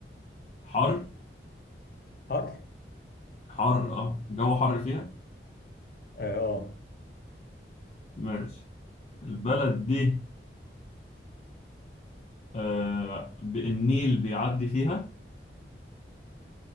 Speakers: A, on the left (about 35°); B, on the left (about 55°).
A: حر
B: حر
A: حر اه الجو حر فيها
B: اه آه.
A: ماشي البلد دي آه ب- النيل بيعدي فيها